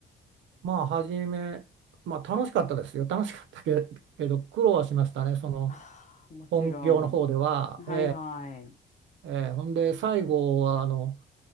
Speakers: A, on the right (about 70°); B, on the left (about 35°).
A: まあ初め、まあ、楽しかったですよ楽しかったけ、けど苦労はしましたねその
B: ああ、もちろん。
A: 本業の方では、
B: はいはい。
A: ええええほんで最後はあの